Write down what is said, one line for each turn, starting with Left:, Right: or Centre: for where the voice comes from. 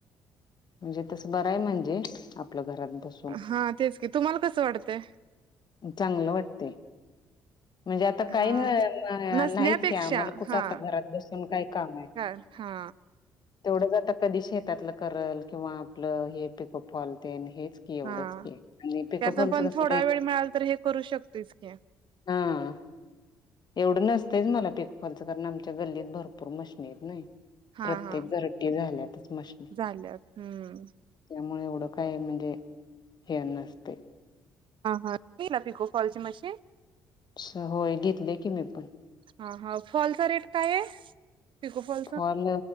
Left: म्हणजे तसं बरं आहे म्हणजे आपल्या घरात बस
Right: हा तेच की तुम्हाला कसं वाटतय.
Left: चांगलं वाटते. म्हणजे आता काही
Right: हा
Left: नाहीच
Right: ते नसण्यापेक्षा
Left: का आम्हाला कुठं
Right: हा
Left: आता घरात बसून काय काम आहे.
Right: का हा
Left: तेवढं ज कधी शेतातलं करल किंवा आपलं हे पिक हॉलते हेच. क एवढंच
Right: हा
Left: की आणि पिकपलच
Right: त्यातन पण
Left: कस
Right: थोडा वेळ मिळाला तर हे करू शकतोयच की
Left: हा एवढं नसतंच मला पिकपाचं कारण आमच्या गल्लीत भरपूर मशनीरी नाही
Right: हा
Left: प्रत्येक
Right: हा
Left: झर्टी झाल्यातच मशनी
Right: झाल्यात हम्म
Left: त्यामुळे एवढं काय म्हणजे हे नसते.
Right: हां हाला पिको फॉलचे मश
Left: स होय घेतले की मी पण
Right: हा हा फॉलचा रेट काय आहे. पिकोफल
Left: फॉल